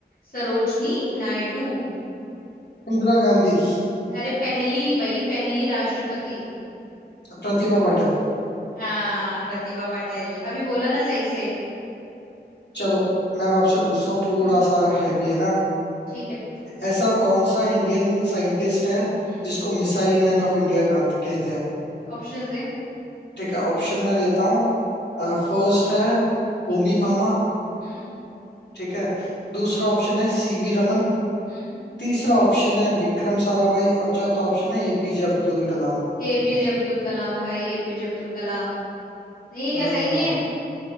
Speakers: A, on the left (about 55°); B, on the left (about 75°).
A: सरोजनी नायडू
B: इंदिरा गांधी
A: अरे पहली भाई पहली राष्ट्रपति
B: प्रतिभा पाटिल
A: हाँ प्रतिभा पाटिल अभी बोला ना सही से
B: चलो मैं अब आपसे पूछता हूँ थोड़ा
A: हम्म
B: सा हैवी है ना
A: ठीक है पूछ पूछ
B: ऐसा कौन सा इंडियन साइंटिस्ट है
A: हम्म
B: जिसको मिसाइल मैन ऑफ इंडिया कहते हैं
A: ऑप्शंस दे
B: ठीक है ऑप्शन मैं देता हूँ फर्स्ट है होमी भामा
A: हम्म
B: ठीक है दूसरा ऑप्शन है सीवी रमन
A: हम्म
B: तीसरा ऑप्शन है विक्रम साराभाई और चौथा ऑप्शन है एपीजे अब्दुल कलाम
A: एपीजे अब्दुल कलाम भाई एपीजे अब्दुल कलाम नहीं है क्या
B: हम्म
A: सही नहीं है